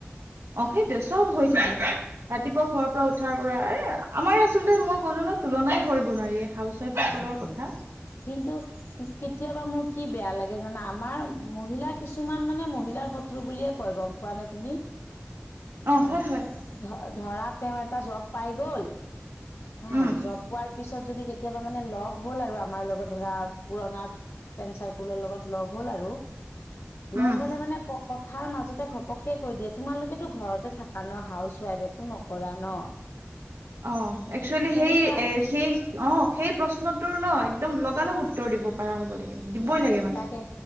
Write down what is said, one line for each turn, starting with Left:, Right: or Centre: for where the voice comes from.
Right: অ', সেইটোৱে চ'ব হৈ থাকে। ৰাতিপুৱা শোৱাৰ পৰা উঠাৰ পৰা এ আমাৰ আচলতে মই ক'লো ন তুলনাই কৰিব নোৱাৰি। হাউচ ৱাইফ সকলৰ
Left: সেইটোৱে,
Right: কথা
Left: কিন্তু কেতিয়াবা মোৰ কি বেয়া লাগে জানা আমাৰ মহিলা কিছুমান মানে মহিলাৰ শত্ৰু বুলিয়ে কয় গম পোৱা নে তুমি?
Right: <inaudible>
Left: অ',
Right: হয় হয়
Left: ধৰা তেওঁ এটা জ'ব পাই গ'ল। হা
Right: উম
Left: জ'ব পোৱাৰ পিছত যদি কেতিয়াবা মানে ল'গ হ'ল আৰু আমাৰ লগত ধৰা পুৰণা ফেন চাৰকুলৰ লগত হ'ল আৰু লগ
Right: উম
Left: হ'লে মানে কথাৰ মাজতে ঘপকে কৈ দিয়ে তোমালোকেতো ঘৰতে থাকা ন' হাউচ ৱাইফ একো নকৰা ন। <inaudible>
Right: অ', একচুৱেলি
Left: সে সেনেকুৱা
Right: সেই এ সেই অ' সেই প্ৰশ্নটোৰ ন একদম লগা লগ উত্তৰ দিব পৰা হ'ব লাগে
Left: উম
Right: দিবই লাগে মানে।
Left: তাকে